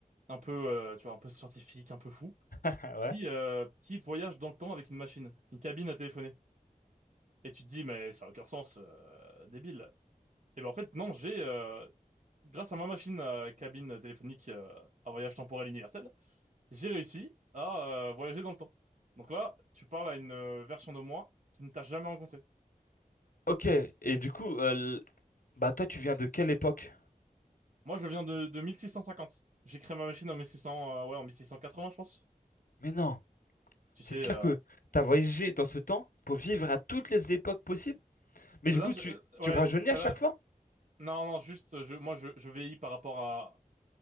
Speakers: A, on the right; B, on the left.
A: un peu euh, tu vois un peu scientifique, un peu fou
B: <laughs>
A: qui
B: ouais.
A: euh, qui voyage dans le temps avec une machine, une cabine à téléphoner. Et tu te dis mais ça a aucun sens, euh, débile. Et ben en fait non, j'ai euh, grâce à ma machine à cabine téléphonique euh, à voyage temporel universel, j'ai réussi à euh, voyager dans le temps. Donc là, tu parles à une euh, version de moi qui ne t'a jamais rencontré.
B: Ok. Et du coup, euh, l- bah toi, tu viens de quelle époque?
A: Moi, je viens de, de 1650. J'ai créé ma machine en 1600, euh, ouais, en 1680, je pense.
B: Mais non.
A: Tu
B: C'est-à-dire
A: sais, euh,
B: que tu as voyagé dans ce temps pour vivre à toutes les époques possibles. Mais du
A: là,
B: coup,
A: je-
B: tu,
A: euh, ouais,
B: tu rajeunis
A: c- celle-là,
B: à chaque fois?
A: non, non, juste, je, moi, je, je vieillis par rapport à,